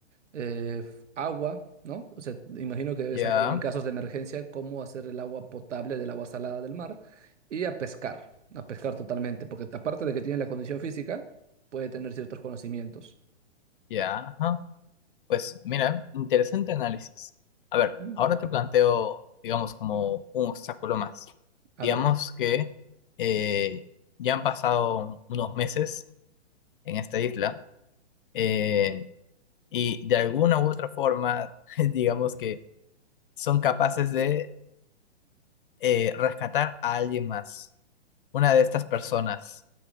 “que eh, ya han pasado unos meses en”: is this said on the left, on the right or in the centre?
Left